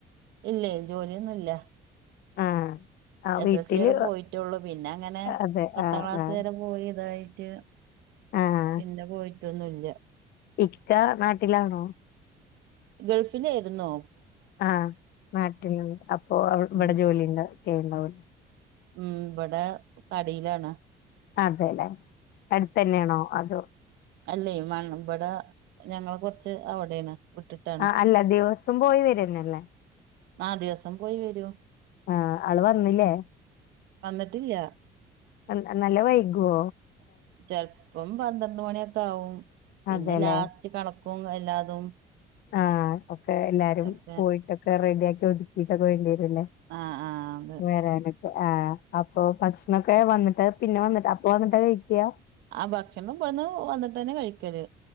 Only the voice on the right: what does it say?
ഇല്ലേ ജോലിയൊന്നുല്ല
എസ്
എസ് സി വരെ പോയിറ്റൊള്ളു പിന്നങ്ങനെ
പത്താം
ക്ലാസ്
വരെ പോയി ഇതായിറ്റ്
പിന്നെ പോയിട്ടൊന്നുല്ല
ഗൾഫിലേയിരുന്നു
ഉം
ഉം ഇബ്ടെ കടയിലാണ്
അല്ല ഈ മൺ ഇബടെ ഞങ്ങള് കൊറച്ച് അവിടെയാണ് വിട്ടിട്ടാണ്
ആഹ് ദിവസം പോയി വരും
വന്നിട്ടില്ല
ചെൽപ്പം പന്ത്രണ്ട് മണിയൊക്കാവും പിന്നെ
ലാസ്റ്റ് കണക്കും എല്ലാതും
ഒക്കെ
ആഹ് ആഹ്
ആഹ് ഭക്ഷണം ഇബ്ടുന്ന് വന്നിട്ടന്നെ കഴിക്കല്